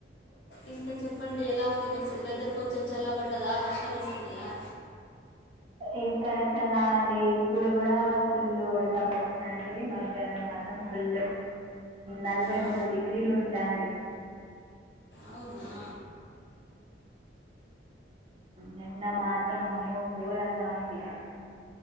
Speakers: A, on the right; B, on the left.
A: అ
B: ఇంకా చెప్పండి ఎలా ఉంది మీక్సడు వెదర్ కొంచెం చల్లబడ్డదా వర్షాలు వస్తున్నాయా
A: ఏక్కడ చాల్ల అండి ఇప్పుడు కూడా ఫుల్ ఉడకపోత కానీ మధ్యాహ్నం మాత్రం ఫుల్ నలభై
B: ఆ,
A: మూడు డిగ్రీలు ఉంటంది
B: అవునా
A: నిన్న మాత్రం అమ్మో ఘోరంగా ఉంది.